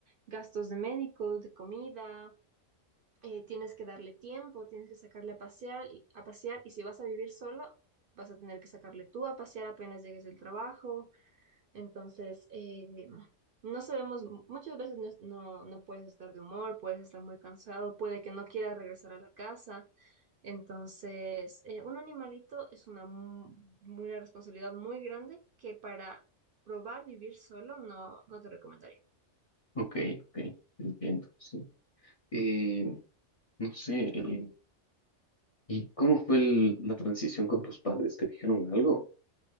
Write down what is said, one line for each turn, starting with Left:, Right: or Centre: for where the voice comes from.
Right: gastos de médicos, de comida. eh, tienes que darle tiempo, tienes que sacarle a pasear, y- a pasear y si vas a vivir solo, vas a tener que sacarle tú a pasear apenas llegues del trabajo. Entonces, eh, no sabemos, muchas veces no, es- no, no puedes estar de humor, puedes estar muy cansado, puede que no quieras regresar a la casa. Entonces, eh, un animalito es una, mu- una responsabilidad muy grande que para probar vivir solo no, no te recomendaría.
Left: Ok, ok, entiendo, sí. Eh, no sé, eh, ¿y cómo fue el- la transición con tus padres? ¿Te dijeron algo?